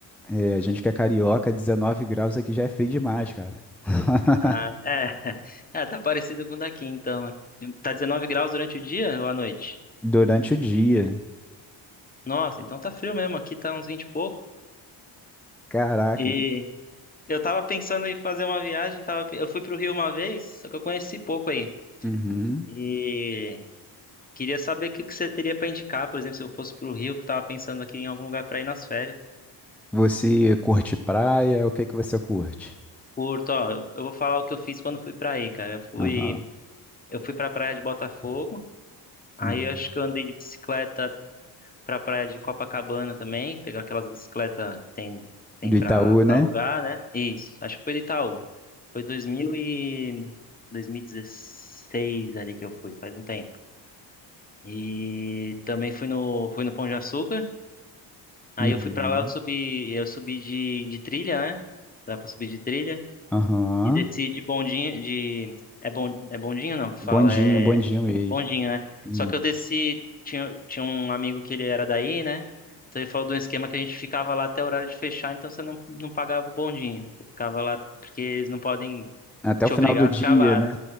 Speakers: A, in the centre; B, on the left.
A: é, a gente que é carioca, 19 graus aqui já é frio demais, cara. <laughs>
B: Ah, é. <laughs> É, tá parecido com o daqui, então. Tá 19 graus durante o dia ou à noite?
A: Durante o dia.
B: Nossa, então tá frio mesmo. Aqui tá uns 20 e pouco.
A: Caraca.
B: E
A: hein?
B: eu tava pensando em fazer uma viagem, tava, eu fui pro Rio uma vez, só que eu conheci pouco aí.
A: Uhum.
B: E queria saber o que que você teria pra indicar, por exemplo, se eu fosse pro Rio, que eu tava pensando aqui em algum lugar pra ir nas férias.
A: Você curte praia? O que que você curte?
B: Curto, ó, eu eu vou falar o que eu fiz quando fui pra aí, cara. Eu fui,
A: Aham.
B: eu fui pra praia de Botafogo, aí
A: Uhum.
B: eu acho que eu andei de bicicleta pra praia de Copacabana também, pegar aquelas bicicletas que tem, tem
A: Do
B: pra,
A: Itaú,
B: pra
A: né?
B: alugar, né? Isso, acho que foi de Itaú. Foi 2000 e 2016 ali que eu fui, faz um tempo. E também fui no, fui no Pão de Açúcar, aí
A: Uhum.
B: eu fui pra lá, eu subi, eu subi de, de trilha, né? Dá pra subir de trilha.
A: Aham.
B: E desci de bondinho, de... É, bon, é bondinho não que
A: Bondinho,
B: fala, é
A: bondinho mesmo.
B: bondinho, né?
A: Isso.
B: Só que eu desci, tinha, tinha um amigo que ele era daí, né? Então ele falou de um esquema que a gente ficava lá até o horário de fechar, então você não, não pagava o bondinho. Você ficava lá porque eles não podem
A: Até
B: te
A: o final
B: obrigar
A: do dia,
B: a ficar lá,
A: né?
B: né?